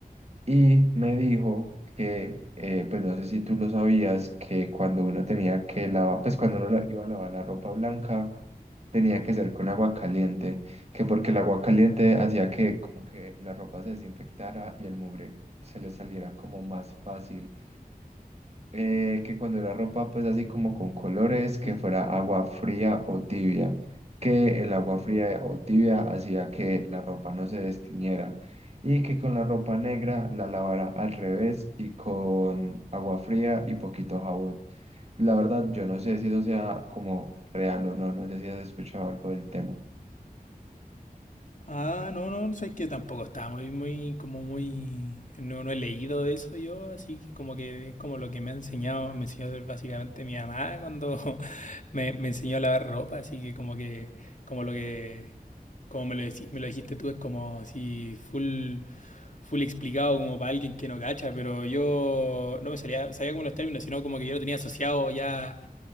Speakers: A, on the right; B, on the left.
A: Y me dijo que, eh, pues no sé si tú lo sabías, que cuando uno tenía que lavar, pues cuando uno la- iba a lavar la ropa blanca, tenía que ser con agua caliente, que porque el agua caliente hacía que como que la ropa se desinfectara y el mugre se le saliera como más fácil eh, que cuando la ropa pues así como con colores, que
B: Ujú.
A: fuera agua fría o tibia, que el agua fría o tibia hacía que la ropa no se destiñera y que con la ropa negra la lavara al revés y con agua fría y poquito jabón. La verdad, yo no sé si eso sea como real o no, no sé si has escuchado algo del tema.
B: Ah, no, no, no, sabes que tampoco estaba muy, muy, como muy, no, no he leído de eso yo, así que como que es como lo que me ha enseñado, me enseñó básicamente mi mamá cuando <laughs> me, me enseñó a lavar ropa, así que como que, como lo que, como me lo, decí- me lo dijiste tú, es como si full, full explicado como para alguien que no cacha, pero yo no me salía, sabía como los términos, sino como que yo lo tenía asociado ya